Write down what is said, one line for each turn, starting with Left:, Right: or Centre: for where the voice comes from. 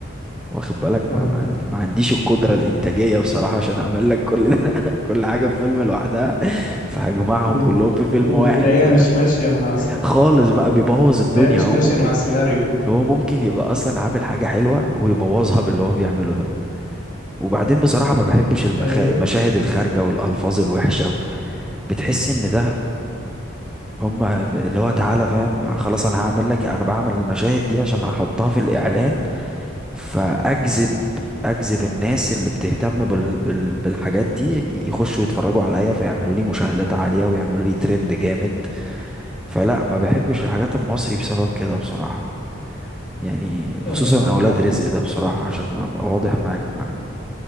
Centre: واخد بالك ما
Left: فاهمك
Centre: ما عندي ما عنديش القدرة
Left: مم.
Centre: الإنتاجية بصراحة عشان أعمل لك كل ده <laughs> كل حاجة في فيلم لوحدها فهجمعهم
Left: وبت...
Centre: كلهم في فيلم
Left: وبتلاقيها
Centre: واحد فاهم
Left: مش ماشية مع
Centre: خالص بقى بيبوظ
Left: بتلاقيها
Centre: الدنيا
Left: مش
Centre: هو
Left: ماشية
Centre: ممكن
Left: مع السيناريو آه.
Centre: هو ممكن يبقى أصلا عامل حاجة حلوة ويبوظها باللي هو بيعمله ده وبعدين بصراحة ما بحبش المخا...
Left: أيوه
Centre: المشاهد الخارجة والألفاظ الوحشة بتحس إن ده هما ب- اللي هو تعالى فاهم خلاص أنا هعمل لك أنا بعمل المشاهد دي عشان هحطها في الإعلان فاجذب اجذب الناس اللي بتهتم بال... بال... بالحاجات دي يخشوا يتفرجوا عليا فيعملوا لي مشاهدات عالية ويعملوا لي ترند جامد فلا ما بحبش الحاجات المصري بسبب كده بصراحة يعني
Left: آه،
Centre: خصوصا
Left: معاك
Centre: اولاد
Left: حق
Centre: رزق ده بصراحة عشان ابقى واضح معاك مع